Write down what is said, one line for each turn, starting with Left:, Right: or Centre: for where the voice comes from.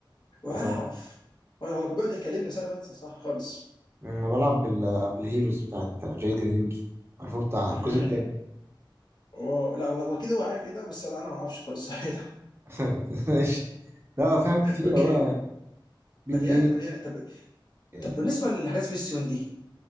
Left: ولا
Right: لو تعرف
Left: اعرف ولا هو كان بيقعد يكلمني بس انا بنسى صح خالص
Right: انا بلعب بال... بالهيروز بتاعت جايدن يوجي عارفه بتاع الجزء
Left: امم
Right: التاني
Left: واو لا هو هو كده هو عارف ايه ده بس لا انا ما اعرفش خالص <laughs> صح ده
Right: <laughs> ماشي لا في حاجات كتيره
Left: اوكي
Right: بقى يعني بي
Left: مليانه
Right: بلاي
Left: مليانه طب
Right: يا
Left: طب
Right: إلهي.
Left: بالنسبه لحاجات سبيس تون دي